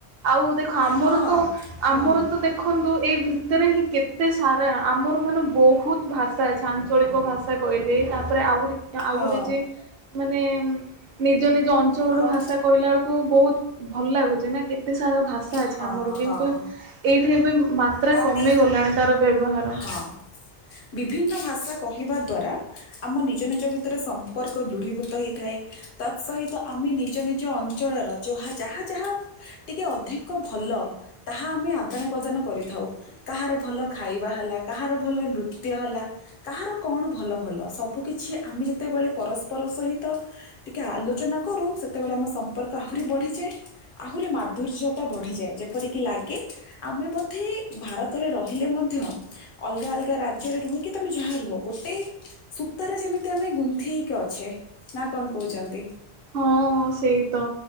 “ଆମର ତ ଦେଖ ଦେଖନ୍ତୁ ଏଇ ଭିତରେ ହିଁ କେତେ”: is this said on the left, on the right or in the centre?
Right